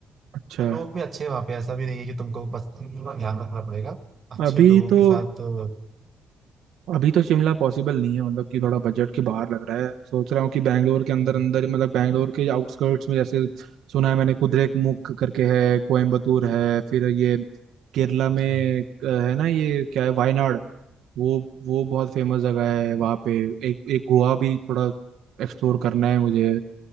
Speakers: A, on the right; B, on the right.
A: अच्छा
B: और लोग भी अच्छे हैं वहाँ पे ऐसा भी नहीं है कि तुमको बस <laughs> थोड़ा ध्यान रखना पड़ेगा अच्छे
A: अभी
B: लोगों
A: तो
B: के साथ अ,
A: अभी तो शिमला पॉसिबल नहीं है मतलब कि थोड़ा बजट के बाहर लग रहा है सोच रहा हूँ कि बैंगलोर के अंदर
B: हम्म,
A: अंदर मतलब बैंगलोर के आउटस्कर्ट्स में जैसे सुना है मैंने कुद्रेमुख करके है कोयम्बतूर है फिर ये केरला में
B: अच्छा
A: अ, है ना ये क्या है वायनाड वो वो बहुत फेमस जगह है वहाँ पे एक एक गोवा भी थोड़ा एक्सप्लोर करना है मुझे